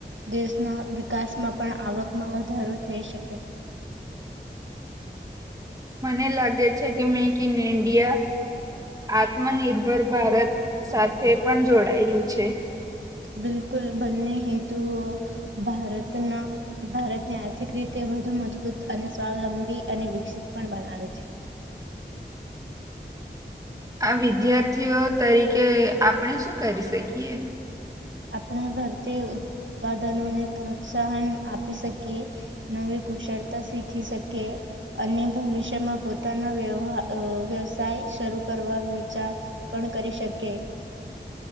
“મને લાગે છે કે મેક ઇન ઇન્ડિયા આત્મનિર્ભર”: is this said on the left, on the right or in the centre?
Right